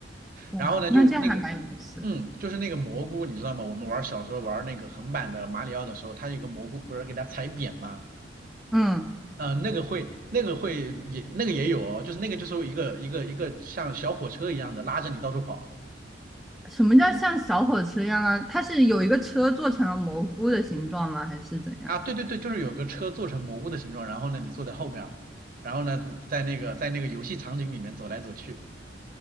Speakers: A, in the centre; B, on the right.
A: 哇，
B: 然后呢，
A: 那这样还蛮有意思。
B: 就那个，嗯，就是那个蘑菇，你知道吗？我们玩小时候玩那个横版的马里奥的时候，它有个蘑菇不是给它踩扁吗？
A: 嗯，
B: 嗯、呃那个会，那个会也那个也有哦，就是那个就是一个一个一个像小火车一样的拉着你到处跑
A: 什么叫像小火车一样啊？它是有一个车做成了蘑菇的形状吗？还是怎样？
B: 啊，对对对，就是有个车做成蘑菇的形状，然后呢你坐在后面儿然后呢在那个在那个游戏场景里面走来走去，